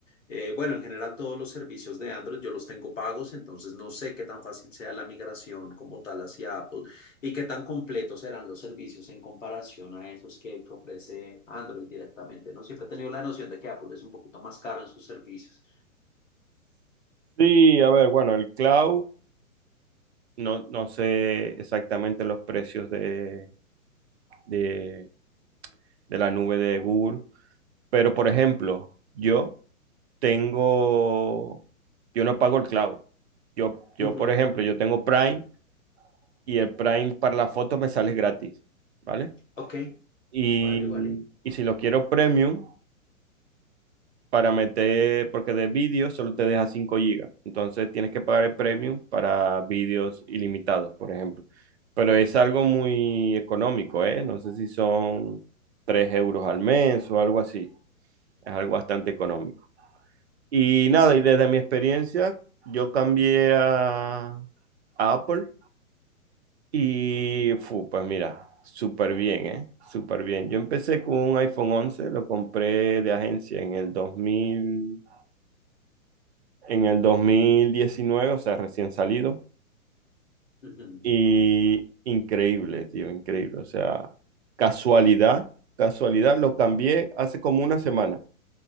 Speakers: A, on the left; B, on the right.
A: eh, bueno, en general todos los servicios de Android yo los tengo pagos, entonces no sé qué tan fácil sea la migración como tal hacia Apple y qué tan completos serán los servicios en comparación a esos que, que ofrece Android directamente, ¿no? Siempre he tenido la noción de que Apple es un poquito más caro en sus servicios.
B: sí, a ver, bueno, el cloud, no, no sé exactamente los precios de, de, de la nube de Google, pero por ejemplo, yo tengo, yo no pago el cloud. Yo, yo,
A: Ujú,
B: por ejemplo, yo tengo Prime y el Prime para las fotos me sale gratis, ¿vale?
A: Ok,
B: Y,
A: vale, vale.
B: y si lo quiero premium, para meter, porque de vídeo solo te deja 5 gigas. Entonces tienes que pagar el premium para vídeos ilimitados, por ejemplo. Pero es algo muy económico, ¿eh? No sé si son 3 euros al mes o algo así. Es algo bastante económico. Y nada,
A: Sí.
B: y desde mi experiencia, yo cambié a, a Apple Y fu, pues mira, súper bien, ¿eh? Súper bien. Yo empecé con un iPhone once lo compré de agencia en el dos mil en el dos mil diecinueve o sea, recién salido.
A: ujú.
B: Y increíble, tío, increíble. O sea, casualidad, casualidad, lo cambié hace como una semana.